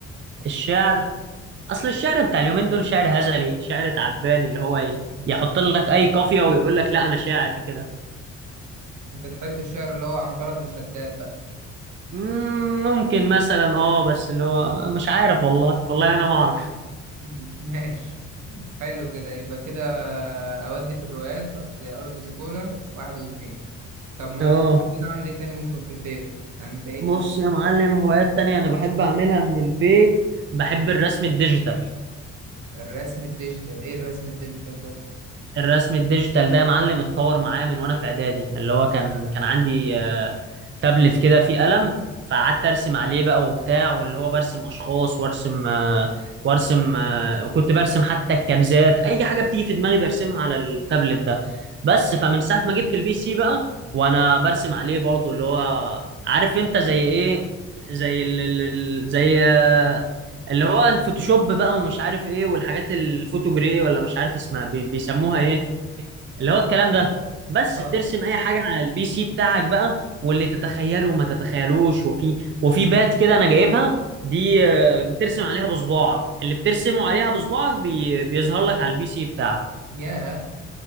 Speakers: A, on the right; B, on the right.
A: الشعر اصل الشعر بتاع اليومين دول شعر هزلي شعر تعبان اللي هو ي- يحط لك اي قافيه ويقول لك لا انا شاعر كده
B: انت تحب الشعر اللي هو عنترة بن شداد بقى
A: مم، ممكن مثلا اه بس اللي هو مش عارف والله والله انا ما اعرف
B: <laughs> ماشي حلو كده يبقى كده أودي في الرواقات زي أرض زيكولا واحد واتنين طب ما
A: اه
B: تقولي كده أعمل إيه تاني ممكن في البيت يعني أنت إيه
A: بص
B: ال-
A: يا معلم هوايات تانية انا بحب اعملها من البيت بحب الرسم الديجيتال
B: الرسم الديجيتال إيه الرسم الديجيتال ده؟
A: الرسم الديجيتال ده يا معلم اتطور معايا من وانا في اعدادي اللي هو كان كان عندي آه، تابلت كده فيه قلم فقعدت ارسم عليه بقى وبتاع واللي هو برسم اشخاص وارسم آه، وارسم آه، وكنت برسم حتى الكنزات اي حاجه بتيجي في دماغي برسمها على التابلت ده بس فمن ساعه ما جبت البي سي بقى وانا برسم عليه برضو اللي هو عارف انت زي ايه زي ال ال- ال- زي آه، اللي هو الفوتوشوب بقى ومش عارف ايه والحاجات الفوتو جري ولا مش عارف اسمها بي- بيسموها ايه اللي هو الكلام ده بس
B: آه
A: ترسم اي حاجه على البي سي بتاعك بقى واللي تتخيله ما تتخيلوش وفي وفي بات كده انا جايبها دي آه، بترسم عليها بصباعك اللي بترسمه عليها بصباعك بي... بيظهر لك على البي سي بتاعك
B: ياه